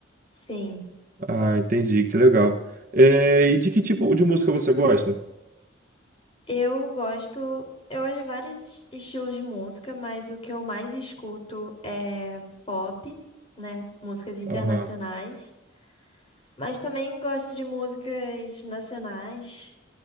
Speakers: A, on the left; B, on the right.
A: Sim.
B: Ah, entendi. Que legal. É, e de que tipo de música você gosta?
A: Eu gosto. Eu gosto de vários estilos de música, mas o que eu mais escuto é pop, né? Músicas internacionais.
B: Aham.
A: Mas também gosto de músicas nacionais.